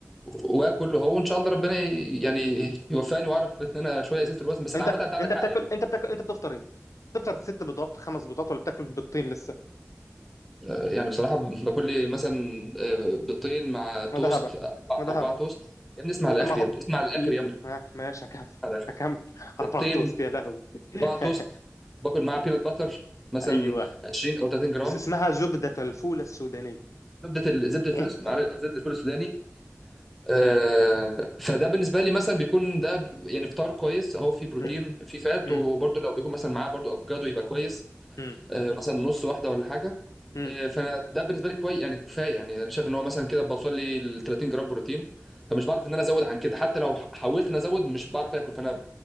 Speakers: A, in the centre; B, on the left.
A: واكل هو وان شاء الله ربنا ي- يعني يوفقني واعرف ان انا شويه
B: مم.
A: ازيد في الوزن بس
B: انت
A: عامه انت عندك
B: انت بتاكل
A: حق يعني
B: انت بتاكل انت بتفطر ايه؟ بتفطر ست بيضات خمس بيضات ولا بتاكل بيضتين لسه؟
A: أه يعني بصراحه ب- باكل لي مثلا آه، بيضتين مع توست
B: ما ده هبل
A: اربع
B: ما ده
A: أربعة
B: هبل
A: توست يا ابني اسمع للاخر
B: ما هو
A: يا ابني اسمع للاخر
B: ل-
A: يا ابني
B: ما- ماشي هكمل
A: اسمع للآخر.
B: هكمل <laughs> اربعة
A: بيضتين
B: توست يا لهوي
A: صباع
B: <laughs>
A: توست باكل معاه بينات باتر مثلا
B: ايوه
A: 20 او 30 جرام
B: ز- اسمها زبدة الفول السودانية
A: زبده ال- زبده الفول
B: <laughs>
A: معلش، زبده الفول السوداني آه، فده بالنسبه لي مثلا بيكون ده ب- يعني فطار كويس اهو فيه بروتين
B: مم.
A: فيه فات
B: مم.
A: وبرده لو بيكون مثلا معاه برده افوكادو يبقى كويس
B: مم.
A: آه، مثلا نص واحده ولا حاجه
B: مم.
A: آه، فانا ده بالنسبه لي كويس يعني كفايه يعني انا شايف ان هو مثلا كده بوصل لي ل 30 جرام بروتين فمش بعرف ان انا ازود عن كده حتى لو حاولت ان ازود مش بعرف اكل فانا